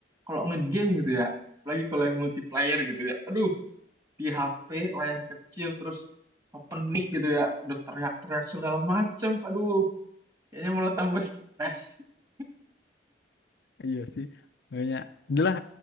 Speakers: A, on the right; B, on the left.
A: kalau ngegame gitu ya, apalagi kalau yang multiplayer gitu ya. Aduh, di HP layar kecil terus open mic gitu ya, udah teriak-teriak segala macem. Aduh, kayaknya malah tambah stres. <laughs>
B: Iya sih. Makanya udahlah